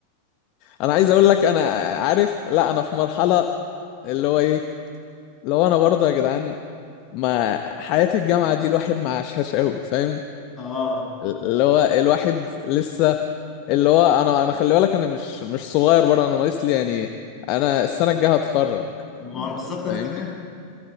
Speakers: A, on the left; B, on the left.
A: انا عايز اقول لك انا عارف لا انا في مرحله اللي هو ايه لو انا برضه يا جدعان ما حياه الجامعه دي الواحد ما عاشهاش قوي فاهم
B: اه
A: اللي هو الواحد لسه اللي هو انا انا خلي بالك انا مش مش صغير برضه انا ناقص لي يعني انا السنه الجايه هتخرج
B: ما هو بالظبط
A: فاهمني
B: انا كمان